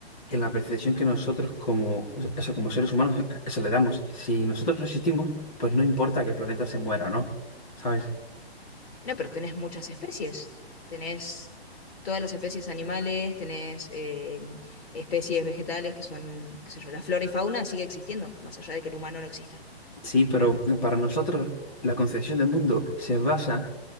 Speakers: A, on the left (about 45°); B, on the left (about 70°).
A: en la percepción que nosotros como, o sea, como seres humanos eh, se le damos. Si nosotros no existimos, pues no importa que el planeta se muera o no, ¿sabes?
B: No, pero tenés muchas especies. Tenés todas las especies animales, tenés eh, especies vegetales que son, qué sé yo, la flora y fauna sigue existiendo, más allá de que el humano no exista.
A: Sí, pero para nosotros la concepción del mundo se basa